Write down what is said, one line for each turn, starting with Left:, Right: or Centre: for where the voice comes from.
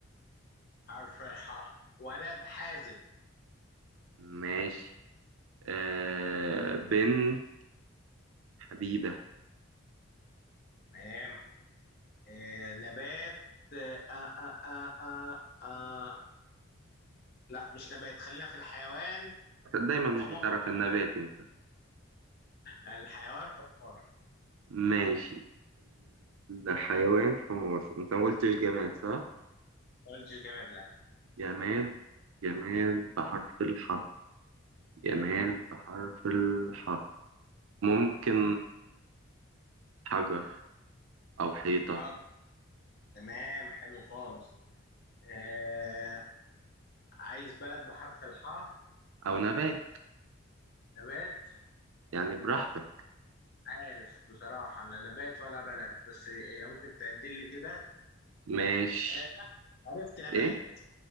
Left: حرف الحاء ولد حازم
Right: ماشي آه بنت حبيبة
Left: تمام آه، نبات آه، آه، آه، آه، آه. آه. لا مش نبات خلينا في الحيوان
Right: دايما مش
Left: حمار
Right: بتعرف النبات انت
Left: الحيوان حمار
Right: ماشي الحيوان حمار انت ما قلتش جماد صح
Left: ما قلتش جماد لا
Right: جماد جماد بحرف الحاء جماد
Left: امم
Right: بحرف الحاء ممكن حجر او حيطة
Left: حاضر تمام حلو خالص آه عايز بلد بحرف الحاء
Right: او نبات
Left: نبات
Right: يعني براحتك
Left: عارف بصراحة لا نبات ولا بلد بس إيه، ممكن تعدل لي كده
Right: ماشي
Left: آه لا عرفت نبات
Right: ايه